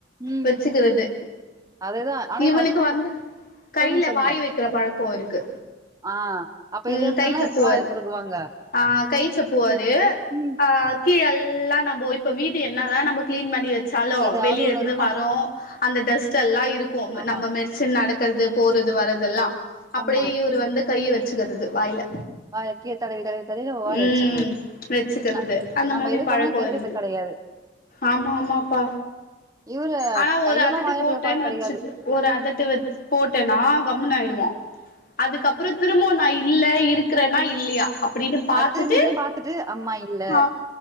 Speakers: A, on the right (about 20°); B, on the left (about 50°).
A: ம்
B: வச்சுக்கிறது
A: அதேதான். ஆனா
B: இவனுக்கு
A: எங்க ஹஸ்பண்ட்
B: வந்து கையில
A: சொல்லுங்க, சொல்லுங்க.
B: வாய் வெக்கிற பழக்கோ இருக்கு
A: ஆ அப்ப
B: உம்
A: எது இருந்தாலும்
B: கைச்சப்புவாரு
A: எடுத்து வாயில போட்டுக்குவாங்க.
B: ஆஹ கைச்சப்புவாரு
A: ம்.
B: ஆஹ கீழல் ல்லா நம்ம இப்ப வீடு என்ன தா நம்ம கிளீன் பண்ணி வெ சலோ
A: ஏதாவது
B: வெளியே
A: ஒண்ணு
B: இருந்து
A: இருக்கும்.
B: வரு அந்த டஸ்ட் எல்லா இரு இருக்கு
A: ஆமா,
B: நம்ம மெடிசன் நடக்குர்து போறது வரதெல்லா அப்டியே
A: ஆமா.
B: இவரு வந்து கைய வெச்சுக்கறது வாய்ல
A: வாயில கீழ தடவி, தடவி, தடவி நம்ம வாயில
B: உம்
A: வச்சுக்குவோம்.
B: வச்சுக்கிறது
A: ந
B: அந்த
A: நம்ம
B: மாதிரி
A: எது
B: பழக்கம்
A: பண்ணாலும் கேட்கறது
B: இருக்குது
A: கெடையாது.
B: ஆமா ஆமாப்பா
A: இவரு
B: ஆனா
A: கையெல்லாம்
B: ஒரு அதட்டு
A: வாயில
B: போட்டேன்னு
A: போடுற பழக்கம் கெடையாது.
B: வச்சு ஒரு அதட்டு வ போட்டேன்னா கம்முனு ஆயிடுவோன்
A: ம்.
B: அதுக்கப்றோ திரும்பவு நை இல்ல இருக்கறனா இல்லையா அப் அப்டின்னு பாத்துட்டு
A: அது திரும்பி, திரும்பி பாத்துட்டு, அம்மா இல்ல.
B: ஆ